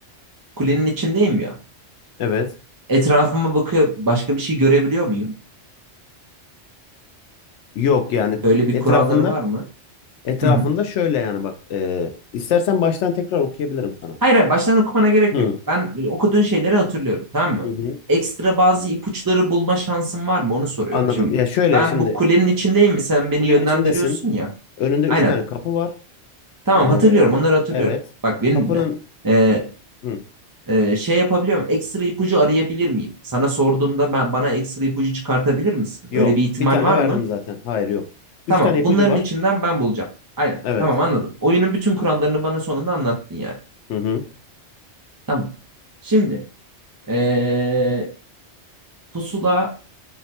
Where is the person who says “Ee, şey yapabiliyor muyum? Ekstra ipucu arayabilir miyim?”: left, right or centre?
Right